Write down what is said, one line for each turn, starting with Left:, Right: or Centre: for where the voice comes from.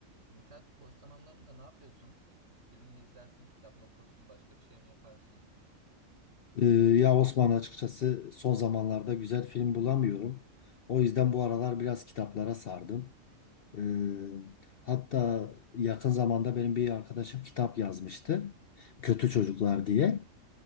Right: Mithat, boş zamanlarında ne yapıyorsun? Film mi izlersin, kitap mı okursun, başka bir şey mi yaparsın?
Left: Ee, ya Osman açıkçası son zamanlarda güzel film bulamıyorum. O yüzden bu aralar biraz kitaplara sardım. Ee, hatta yakın zamanda benim bir arkadaşım kitap yazmıştı. Kötü Çocuklar diye.